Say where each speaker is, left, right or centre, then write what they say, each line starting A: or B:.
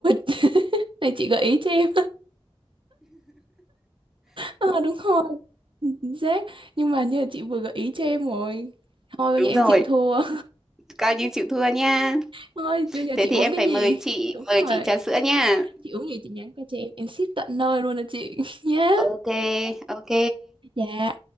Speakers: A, on the right (about 55°); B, in the centre.
A: <laughs> này chị gợi ý cho em Ờ, đúng rồi chính xác nhưng mà như là chị vừa gợi ý cho em rồi thôi
B: Đúng
A: bây giờ em
B: rồi,
A: chịu thua
B: coi như chịu thua nha.
A: ơi bây giờ
B: Thế
A: chị
B: thì
A: uống
B: em
A: cái
B: phải
A: gì
B: mời chị,
A: đúng rồi
B: mời chị trà sữa nha.
A: chị uống gì chị nhắn qua cho em em ship tận nơi luôn nè chị <laughs> nhá
B: Ok, ok,
A: dạ